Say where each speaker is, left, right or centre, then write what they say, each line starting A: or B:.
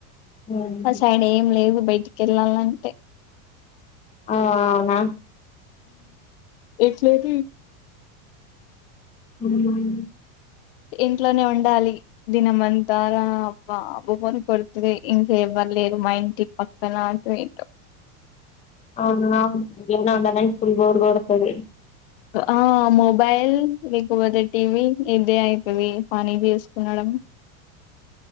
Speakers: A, on the left; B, on the left.
A: ఉమ్.
B: వ సైడ్ ఏం లేవు బయటికి ఏళ్ళాలంటే
A: ఆ అవునా
B: ఎట్లేదు ఈ
A: <inaudible>
B: ఇంట్లోనే ఉండాలి దినంమంతారా అబ్బా బోబోన్ కొడు తుదే ఇంకేవ్వర్ లేదు. మా ఇంటి పక్కన అంటూ ఇటో
A: అవునా గివునా ఉండనని ఫుల్ బోర్ గొడతది.
B: ఓ ఆ మొబైల్ లేకపోతే టీ వి ఇదే అయితది. పని బీసుకున్నాడం